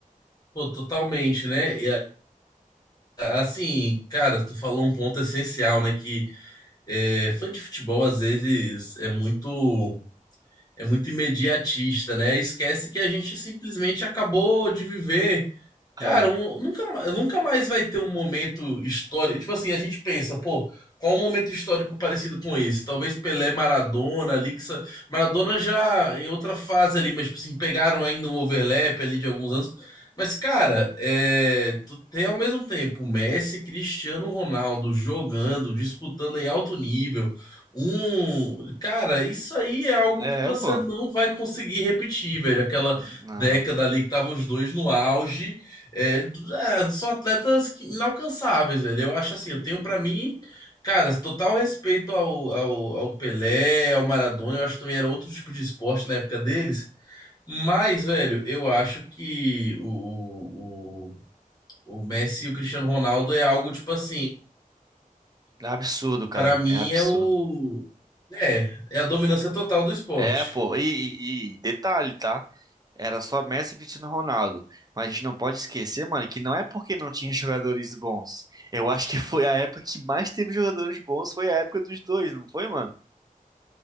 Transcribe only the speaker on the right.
É.
É,
pô.
Não.
É absurdo, cara.
É absurdo.
É, pô. E, e- e detalhe, tá? Era só Messi e Cristiano Ronaldo. Mas a gente não pode esquecer, mano, que não é porque não tinha jogadores bons. Eu acho que foi a época que mais teve jogadores bons, foi a época dos dois, não foi, mano?